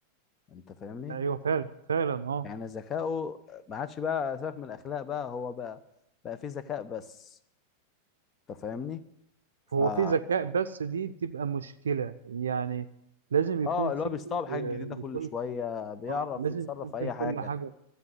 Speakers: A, on the left; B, on the right.
A: أنت فاهمني؟
B: أيوه فعلا فعلا أه
A: يعني ذكاؤه ما عادش بقى سبب من الأخلاق بقى هو بقى بقى فيه ذكاء بس أنت فاهمني؟ فا
B: هو في ذكاء بس دي بتبقى مشكلة يعني لازم يكون
A: آه اللي
B: في
A: هو بيستوعب حاجة
B: آه،
A: جديدة كل
B: لكل
A: شوية بيعرف
B: أه لازم
A: يتصرف
B: يكون
A: في أي
B: في لكل
A: حاجة
B: حاجة